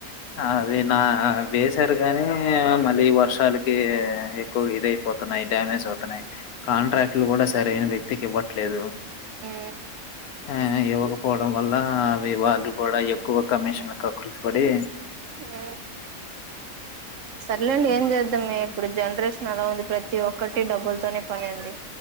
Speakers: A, on the left; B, on the right.
A: అవి నా వేసారు గాని మ లీ వర్షాలకి ఎక్కువ ఇదయిపోతున్నాయి డామేజ్ అవుతున్నాయి కాంట్రాక్ట్లు
B: ఉ
A: గూడా సరైన వ్యక్తికి ఇవ్వట్లేదు
B: ఉ
A: ఆ ఇవక పోవడం వల్ల అవి వాళ్ళు కూడా ఎక్కువ కమిషన్ క్రకృతీపడి
B: మ్మ్ సర్లేండి ఏం జేద్ దం ఇప్పుడు జెన్నర్రెషన్ అలా ఉంది ప్రతి ఒక్కటి డబ్బుల్ తోనే పని అండి